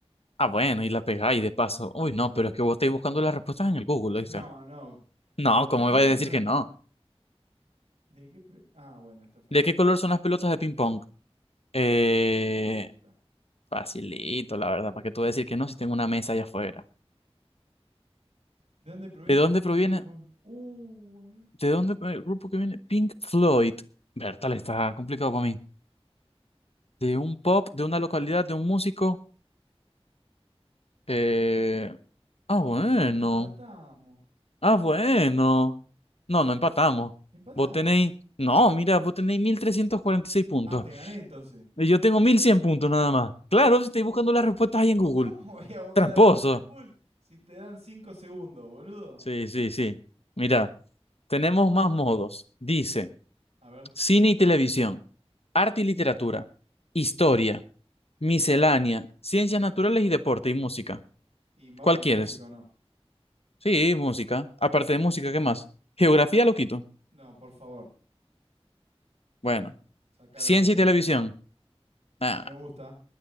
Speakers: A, on the left; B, on the right.
A: ah, bueno, y la pegáis de
B: Uy,
A: paso.
B: le pegué.
A: Uy, no, pero es que vos estáis buscando las respuestas en el Google, dice.
B: No, no.
A: No,
B: ¿De
A: ¿cómo
B: qué color
A: me vais a
B: son
A: decir
B: las...
A: que
B: pe-
A: no?
B: ¿De qué pe- Ah, bueno, está fácil.
A: ¿De qué color son las pelotas de ping pong? Eh,
B: Facilita.
A: facilito, la verdad, ¿para qué tú vas a decir que no si tengo una mesa allá afuera?
B: ¿De dónde proviene
A: ¿De dónde
B: el nombre
A: proviene?
B: del grupo? Uh, a ver.
A: ¿De dónde pro- el grupo que viene? Pink Floyd. Bertal, está complicado para mí. De un pop, de una localidad, de un músico. Eh... Ah, bueno.
B: Empatamos.
A: Ah, bueno. No, no empatamos.
B: Empatamos.
A: Vos tenéis. No, mira, vos tenéis 1346 puntos.
B: Ah, te gané entonces.
A: Y yo tengo 1100 puntos nada más. Claro, si estáis buscando las respuestas ahí en Google.
B: ¿Cómo voy a buscar
A: Tramposo.
B: la respuesta en Google si te dan 5 segundos, boludo?
A: Sí, sí, sí. Mira, tenemos más modos. Dice:
B: A ver.
A: cine y televisión, arte y literatura, historia Miscelánea, ciencias naturales y deporte y música.
B: ¿Y mago
A: ¿Cuál
B: con
A: quieres?
B: música o no?
A: Sí, música. Aparte de música, ¿qué más? Geografía lo quito.
B: No, por favor,
A: Bueno.
B: sacalo
A: Ciencia
B: a la mierda.
A: y televisión. Ah,
B: Me gusta.